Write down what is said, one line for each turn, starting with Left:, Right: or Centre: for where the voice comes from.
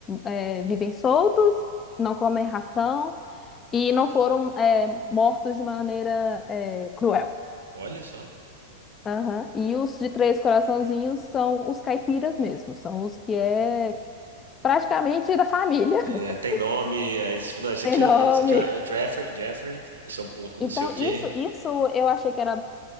Left: eh, vivem soltos, não comem ração e não foram eh, mortos de maneira eh, cruel.
Right: olha só.
Left: Aham. E os de três coraçãozinhos são os caipiras mesmo, são os que é praticamente da família, <laughs>
Right: É, tem nome. Aí, você fala, não, esse
Left: tem
Right: aqui é,
Left: nome.
Right: o- esse aqui é, o é o Jeffrey, Jeffrey. Esse é o porco,
Left: Então,
Right: não sei o quê.
Left: isso, isso eu achei que era